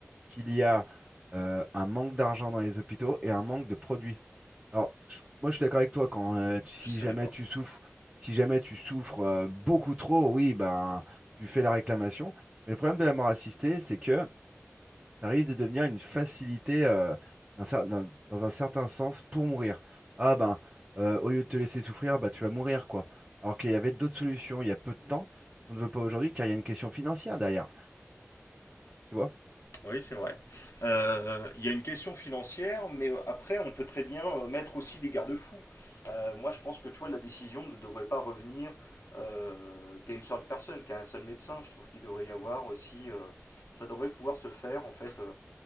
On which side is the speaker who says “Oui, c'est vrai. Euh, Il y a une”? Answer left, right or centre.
Left